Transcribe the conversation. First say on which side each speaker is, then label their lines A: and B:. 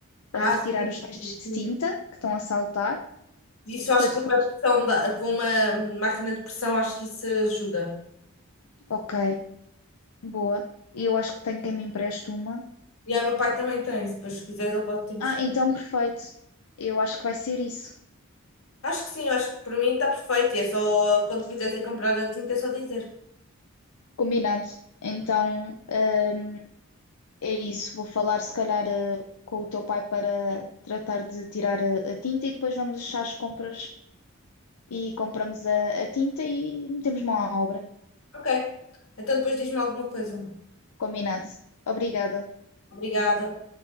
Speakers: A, on the left; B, on the left.
A: para
B: Ah,
A: retirar
B: sim,
A: os restos
B: sim,
A: de
B: sim.
A: tinta que estão a saltar,
B: Isso acho
A: para depois.
B: que com uma pressão da- com uma máquina de pressão acho que isso ajuda.
A: Ok, boa. E eu acho que tenho quem me empreste uma.
B: E ah, o meu pai também tem, se depois quiseres ele pode te mostrar
A: Ah, então perfeito. Eu acho que vai ser isso.
B: Acho que sim, acho que para mim está perfeito. E é só, quando quiseres ir comprar a tinta, é só dizer.
A: Combinado. Então, hum, é isso. Vou falar se calhar eh, com o teu pai para tratar de tirar a, a tinta e depois vamos deixar as compras e compramos a, a tinta e metemos mão à obra.
B: Ok, então depois diz-me alguma coisa.
A: Combinado. Obrigada.
B: Obrigada.